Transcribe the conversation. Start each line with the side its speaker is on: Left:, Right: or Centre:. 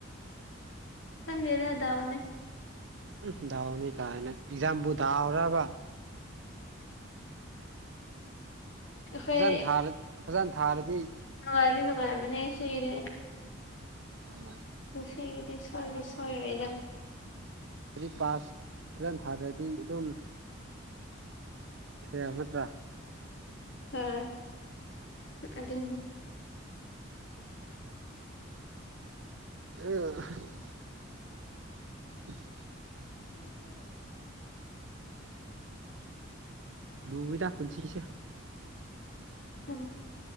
Left: ꯈꯪꯗꯦꯗꯗꯥ ꯑꯣꯅꯦ
Right: ꯎꯝ ꯗꯥꯎꯅꯤ ꯀꯥꯏꯅ ꯑꯦꯛꯖꯥꯝꯕꯨ ꯗꯥꯎꯔꯕ
Left: ꯑꯩꯈꯣꯏ
Right: ꯐꯖꯅ ꯊꯥꯔ ꯐꯖꯅ ꯊꯥꯔꯗꯤ
Left: ꯅꯨꯡꯉꯥꯏꯗꯤ ꯅꯨꯡꯉꯥꯏꯕꯅꯦ ꯁꯤꯒꯤꯗꯤ
Right: ꯎꯝ
Left: ꯉꯁꯤꯒꯤꯗꯤ ꯁꯣꯏꯗꯤ ꯁꯣꯏꯔꯣꯏꯗ
Right: ꯗꯤ ꯄꯥꯁꯖꯟ ꯊꯥꯗ꯭ꯔꯗꯤ ꯑꯗꯨꯝ ꯍꯦ ꯅꯠꯇ꯭ꯔꯥ
Left: ꯑ ꯑꯗꯨ
Right: ꯑ <inaudible>
Left: <inaudible>
Right: ꯂꯨꯕꯗ ꯄꯨꯟꯁꯤꯁꯦ
Left: ꯎꯝ